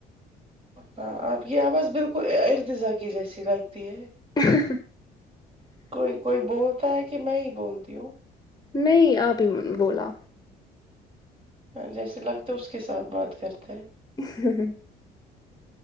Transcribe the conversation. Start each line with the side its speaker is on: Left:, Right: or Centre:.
Right: ہاں آپ یہ آواز بلکل اردزا کی جیسی لگتی ہے
Left: <inaudible>
Right: کوئی کوئی بولتا ہے کہ میں ہی بولتی ہوں
Left: نہیں آپ ہی میں ن بولا
Right: جیسے لگتا ہے اس کے ساتھ بات کرتے ہیں
Left: <inaudible>